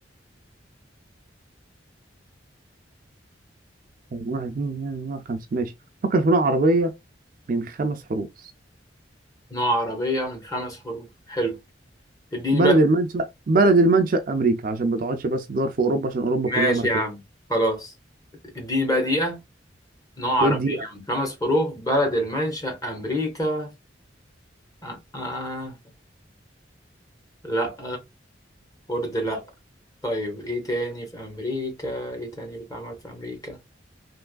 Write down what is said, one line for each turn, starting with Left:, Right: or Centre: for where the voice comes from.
Right: واحد اتنين تلاتة أربعة خمسة ماشي فكر في نوع عربية من خمس حروف
Left: نوع عربية من خمس حروف حلو اديني
Right: بلد
Left: بقى
Right: المنشأ بلد المنشأ أمريكا عشان ما تقعدش بس تدور في أوروبا عشان أوروبا
Left: ماشي
Right: كلها ماركات
Left: يا عم خلاص اديني بقى دقيقة نوع
Right: خد
Left: عربية
Right: دي
Left: من خمس حروف بلد المنشأ أمريكا آه. آه. لأ فورد لأ طيب إيه تاني في أمريكا إيه تاني بيتعمل في أمريكا